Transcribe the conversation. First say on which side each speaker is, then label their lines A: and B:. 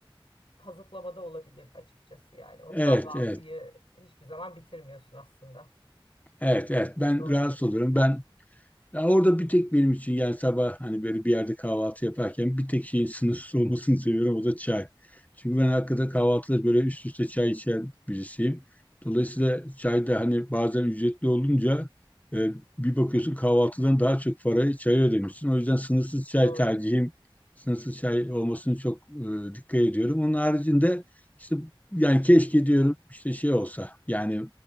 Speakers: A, on the left; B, on the left.
A: kazıklamada olabilir açıkçası yani. O
B: Evet,
A: kahvaltıyı
B: evet,
A: hiçbir zaman bitirmiyorsun aslında.
B: evet, evet. Ben
A: Doğru
B: rahatsız
A: diyorsun.
B: oluyorum. Ben Ya orada bir tek benim için yani sabah hani böyle bir yerde kahvaltı yaparken bir tek şeyin sınırsız olmasını seviyorum o da çay. Çünkü ben hakikaten kahvaltıda böyle üst üste çay içen birisiyim. Dolayısıyla çay da hani bazen ücretli olunca e, bir bakıyorsun kahvaltıdan daha çok parayı çaya ödemişsin. O yüzden sınırsız çay
A: Doğru.
B: tercihim sınırsız çay olmasını çok e, dikkat ediyorum. Onun haricinde işte yani keşke diyorum işte şey olsa yani